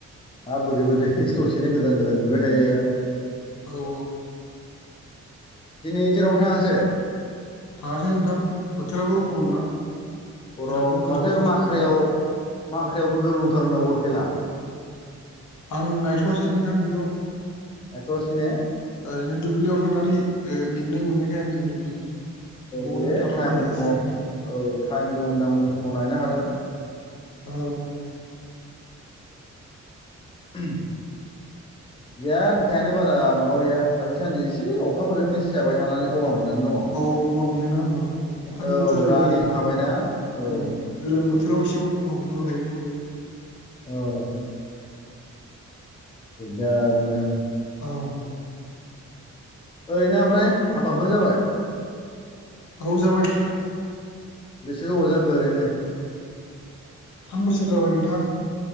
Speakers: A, on the left; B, on the left.
A: मा बोरै बोरै दसेनो गोदान गोदान बिबाय थायो
B: औ
A: दिनै जेरावबो थाङासै
B: थाङासै नोंथां बोथोराबो गरम ना
A: गरम
B: जेरावबो ओंखारथ'वासै
A: माथो
B: दिनै
A: माख्रायाव माख्रायाव गोग्गोम दंथारनो बल खेला
B: आं नायथ'वासै नोंथां बेखौ
A: एथ'सिनो
B: ओरैनो दुब्लियाव थांनानै मेंनाय मोननायखाय आङो ओरैनो न'आवनो
A: दे
B: थाथ'बाय
A: टाइम
B: दा
A: दङ
B: जिरायनानै
A: औ टाइम दं होनदां उन समाव नायनो हागोन
B: औ
A: गैया देहायानो बारा माबा गैया दाखै सान्दि एसे अखाफोरजोंनो सिजाबाय थानानै गगा मोननानै दङ
B: औ गगा मोनदोंना होमबा अखानि
A: औ
B: बोथोर जाहैबाय
A: रानिं हाबायना औ
B: उम गोलोम बोथोराव एसेबाबो गगा मोनलाबायखायो बयबो
A: औ दिगदारनो
B: औ
A: ओरैनो ओमफ्राय हाबाफोर जाबाय
B: औ जाबाय नोंथां
A: बेसे गोबाव जाखो ओरैनो
B: थाम बोसोर जाबाय नोंथां